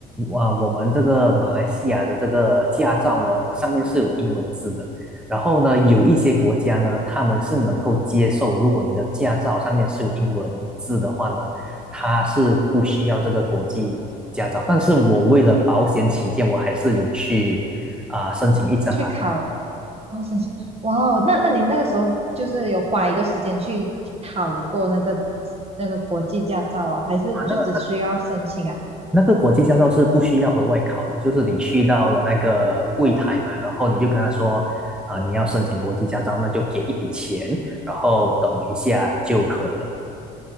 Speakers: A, in the centre; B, on the right (about 35°).
A: 啊、我们这个马来西亚的这个驾照呢，上面是有英文字的。然后呢，有一些国家呢，他们是能够接受，如果你的驾照上面是有英文字的话呢，它是不需要这个国际驾照。
B: 哦，
A: 但是我为了保险起见，我还是有去啊、申请一张啦。
B: 去考。哦，神奇，哇哦，那那你那个时候就是有花一个时间去考过那个那个国际驾照啊，还是就只需要申请啊？
A: 啊，那那个国际驾照是不需要额外考的，就是你去到了那个柜台嘛，
B: 哦，
A: 然后你就跟他说，啊、你要申请国际驾照，那就给一笔钱，然后等一下就可以了。